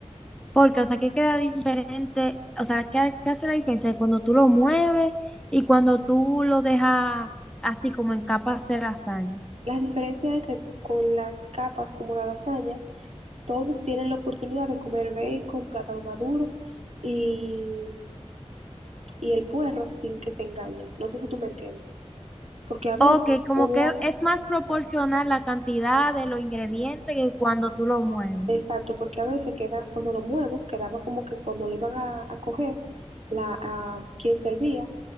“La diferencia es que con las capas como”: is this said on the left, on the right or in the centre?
Right